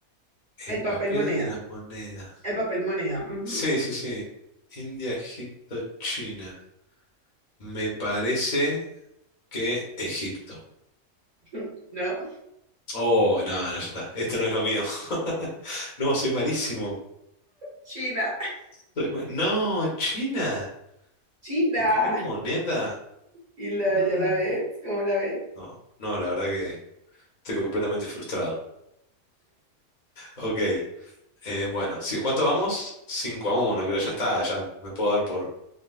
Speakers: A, on the left (about 40°); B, on the right (about 35°).
A: el
B: El
A: papel
B: papel moneda.
A: de la moneda.
B: El papel moneda. ujú.
A: Sí, sí, sí. India, Egipto, China. Me parece que Egipto.
B: <laughs> No,
A: Oh, no, no, ya está. Esto no es lo mío. <laughs> No, soy malísimo.
B: China.
A: Soy ma- No, China.
B: China.
A: El papel moneda.
B: ¿Y la,
A: Mm,
B: ya la ves? ¿Cómo la ves?
A: no, no, la verdad que estoy completamente frustrado. Ok. Eh, bueno, sí, ¿cuánto vamos? 5 a uno, creo, ya está, ya me puedo dar por,